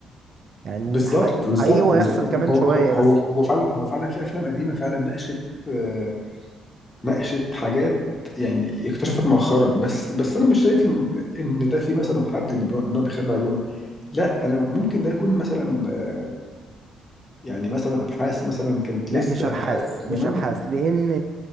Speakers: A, on the right (about 55°); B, on the left (about 25°).
A: يعني
B: بالظبط
A: حقيقي,
B: بالظبط
A: حقيقي وهيحصل
B: بالظبط
A: كمان
B: هو
A: شوية
B: هو هو
A: بس
B: هو فعلا هو فعلا في افلام قديمه فعلا ناقشت آه، ناقشت حاجات يعني اكتشفت مؤخرا بس بس انا مش شايف ان ان ده في مثلا حد ان بيقول- إن هو بيخبي علوم لا انا ممكن ده يكون مثلا آه، يعني مثلا ابحاث مثلا كانت
A: لا
B: لسه
A: مش ابحاث
B: ابحاث زمان
A: مش ابحاث لان